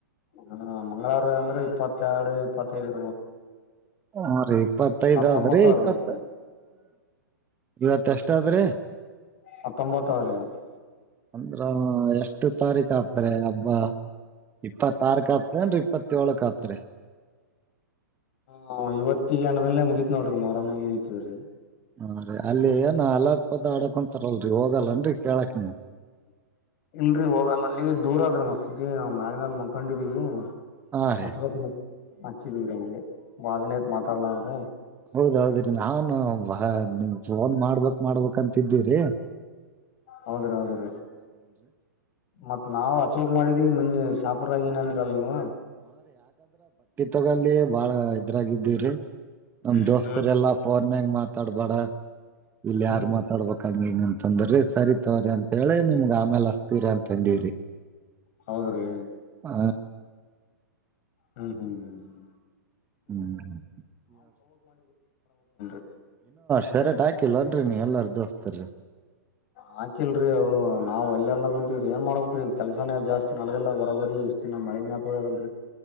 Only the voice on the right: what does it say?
ಹ ರೀ ಇಪ್ಪತ್ತೈದ್ರಿ
ಇಪ್ಪತ್
ಇವತ್ ಎಷ್ಟಾದ್ರೆ
ಅಂದ್ರ ಎಷ್ಟು ತಾರೀಕ್ ಆತ್ರಿ ಹಬ್ಬ ಇಪ್ಪತ್ತಾರಕ್ ಆತ್ ಅನ್ರಿ ಇಪ್ಪತ್ ಏಳಕ್ ಆತ್ರಿ
ಹಾ ರೀ ಅಲ್ಲಿ ಏನ ಅಲಪದ ಆಡಕೊಂತಾರಲ್ರರಿ ಹೋಗಲ್ಲನ್ರರಿ ಕೇಳಕ್ ನೀವ್
ಹಾ ರೀ
ಹೌದೌದ್ರೀ ನಾಾನು ಬ ನೀ ಫೋನ್ ಮಾಡ್ಬಕ್ ಮಾಡ್ಬೇಕಕ್ಂತಿದ್ದೀರಿ
ಜತಲ್ಲಿ ಬಾಳ ಇದ್ರಾಗಿದ್ದೀವರಿ ನಮ್
ದೋಸ್ತರೆ ಎಲ್ಲಾ ಫೋನ್ ಮ್ಯಾಗ ಮಾತ್ ತಡದಡ ಇಲ್ಲಿ
ಯಾರು ಮಾತಾಡ್ಬೇಕ ಅಂಗ ಹಿಂಗ ಅಂತಂದ್ರಿ ಸರಿ ತವ್ರಿ ಅಂತ ಹೇಳಿ ನಿಮ್ಗ್ ಆಮೇಲೆ ಅಸ್ತವ್ರ ಅಂತ ಅಂದಿರಿ.
ಹಾ
ಹ್ಮ್
ಸರಟ್ ಹಾಕಿಲ್ಲ ನ್ರರಿ ನೀ ಎಲ್ಲಾರ ದೋಸ್ತರು